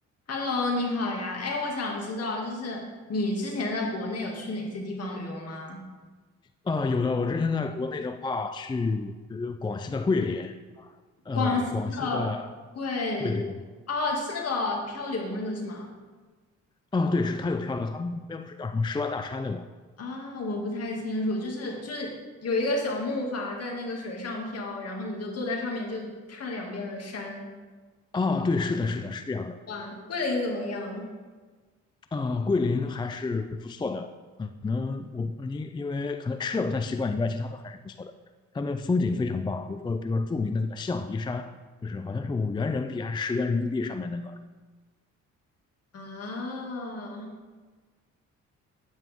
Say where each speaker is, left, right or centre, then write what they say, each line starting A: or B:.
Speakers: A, on the left; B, on the left.
A: Hello，你好呀。哎，我想知道，就是你之前在国内有去哪些地方旅游吗？
B: 啊、有的。我之前在国内的话，去呃广西的桂林，呃，
A: 广西的贵，
B: 广西的，对对，
A: 哦，啊就是那个漂流那个是吗？
B: 啊，对，是它有沙乐，他们那边不是叫什么十万大山对吗？
A: 啊，我不太清楚，就是就是有一个小木筏在那个水上漂，然后你就坐在上面就看两边的山。
B: 啊，对，是的，是的，是这样的。
A: 哇，桂林怎么样？
B: 呃，桂林还是不错的，可能我因因为可能吃的不太习惯以外，其他都还是不错的。他们风景非常棒，比如说，比如说著名的那个象鼻山，就是好像是五元人民币还是十元人民币上面那个。
A: 啊，